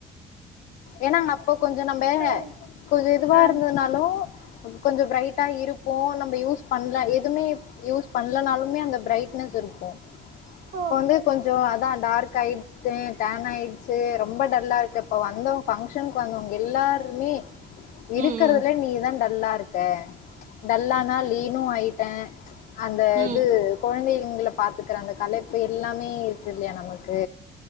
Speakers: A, on the left; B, on the right.
A: ஏன்னா அப்ப கொஞ்ச நம்ப
B: ம்
A: கொஞ்ச இதுவா
B: ஆ,
A: இருந்தனாலு கொஞ்ச பிரைட்டா இருப்போ நம்ம யூஸ் பண்ல எதுமே யூஸ் பண்லனாலுமே அந்த பிரைட்னஸ் இருக்கு
B: ஆ.
A: இப்ப வந்து கொஞ்ச அ தா டார்க் ஆயிருச்சு டேன் ஆயிருச்சு ரொம்ப டல்லா இருக்கு இப்ப வந்தவங் ஃபங்க்ஷனுக்கு வந்தவங்க எல்லாருமே இருக்கறதுல
B: ம் ம்
A: நீதான் டல்லா இருக்க டல்லானா லீனும் ஆயிட்டே அந்த
B: ம்
A: இது கொழந்தைங்க ங்க பாத்துக்கிறாங்க கலைப்பு எல்லாமே இருக்கு இல்லையா நமக்கு